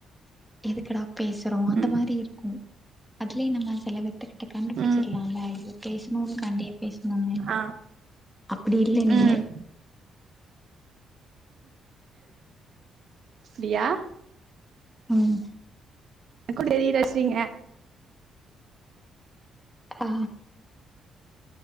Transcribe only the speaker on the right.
ம்
ம்
ஆ
ம் அப்டியா
எனக்குட தெரிய வெச்டீங்க